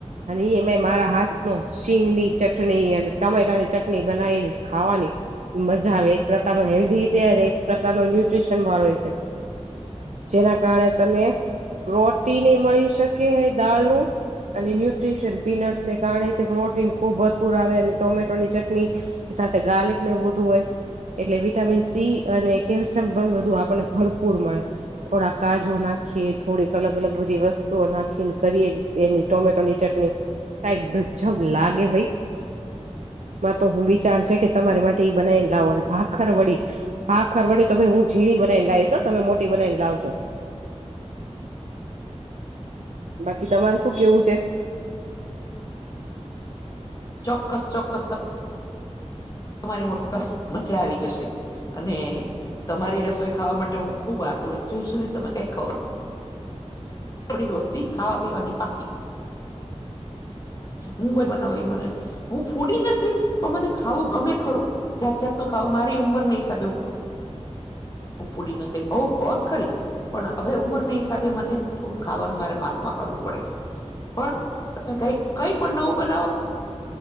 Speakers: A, on the right; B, on the left.
A: અને ઈય મેં મારા હાથનો સિંગની ચટણી અને ટમેટાની ચટણી બનાવીને ખાવાની મજા આવે. એક પ્રકારનો હેલ્ધી રીતે અને એક પ્રકારનો ન્યુટ્રીશનવાળો રીતે. જેના કારણે તમે પ્રોટીનએ મળી શકે એ દાળનું. અને ન્યુટ્રીશન પીનટસને કારણે તે પ્રોટીન ખુબ ભરપૂર આવે અને ટોમેટોની ચટણી. સાથે ગાર્લિક ને એવું બધું હોય. એટલે વિટામિન સી અને કેલ્શિયમ ઘણું બધું આપને ભરપૂર મળે. થોડા કાજુ નાખીએ, થોડીક અલગ અલગ બધી વસ્તુઓ નાખીને કરીએ, એની ટોમેટોની ચટણી. કંઈક ગજબ લાગે ભાઈ. મા તો હું વિચાર છે કે તમારી માટે એ બનાવીને લાવો અને ભાખર વડી. ભાખર વડી તો ભાઈ હું ઝીણી બનાવીને લાવીશ હો, તમે મોટી બનાવીને લાવજો. બાકી તમારુ શું કેવું છે?
B: ચોક્કસ, ચોક્કસ. તમારી મોટી ભ, મજા આવી જશે. અને તમારી રસોઈ ખાવા માટે હું ખુબ આતરુત છું. હુ તમે કઈ ખવ થોડી દોસ્તી ખાવા પીવાની પાક્કી. હું ભાઈ બનાવ ઈ મને હું ફૂડી નથી, પણ મને ખાવું ગમે ખરું, જાત જાતનું ખાવું મારી ઉંમરના હિસાબે. ફૂડી નથી, આવ હોત ખરી. પણ હવે ઉંમરના હિસાબે મને થોડું ખાવાનું મારે માપમા કરવું પડે છે. પણ તમે કઈ કઈ પણ નવું બના